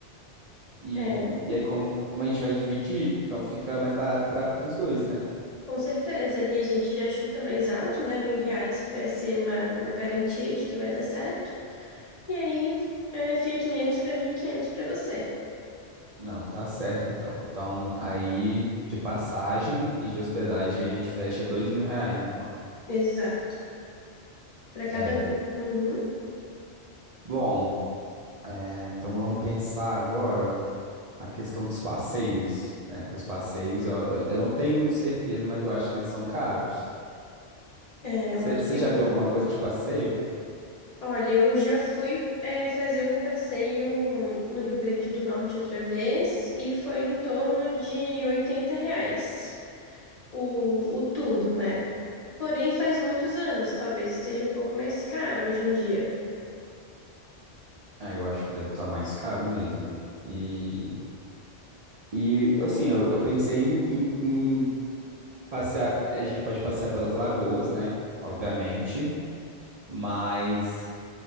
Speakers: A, on the right; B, on the left.
A: E,
B: é,
A: e aí, como, como a gente vai dividir, então fica mais barato para os dois, né?
B: com certeza. Ali a gente já chuta mais alto, né? Mil reais para ser uma, uma garantia de que vai dar certo. E aí é, fica 500 para mim e 500 para você.
A: Não, tá certo então. Então, aí de passagem e de hospedagem a gente fecha dois mil reais, então.
B: Exato. Para cada
A: É.
B: um. Uhum.
A: Bom, é, então vamos pensar agora a questão dos passeios, né? Que os passeios, eu, eu, eu não tenho certeza, mas eu acho que eles são caros.
B: É,
A: Você
B: eu acho que
A: já
B: você.
A: viu alguma coisa de passeio?
B: Olha, eu já fui eh, fazer um passeio no Rio Grande do Norte outra vez e foi em torno de 80 reais o, o tour, né? Porém, faz muitos anos, talvez esteja um pouco mais caro hoje em dia.
A: Ah, eu acho que deve estar mais caro mesmo. E, e assim, eu, eu pensei em, em- em passear. A gente pode passear pelas lagoas, né? Obviamente. Mas